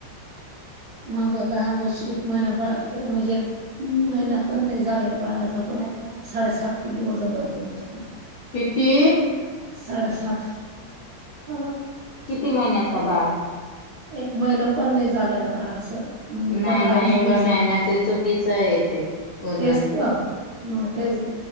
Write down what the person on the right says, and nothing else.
मग लहान बस एक महिना बा म्हणजे. महिना पण नाही झालेला बाळाज पण साडेसात किलो वजन द होत.
साडे सात ह
एक महिन पण नाही झालेला बाळा असं. म्हणजे
पंधरा
वीस
वीस
तेच तर मग तेच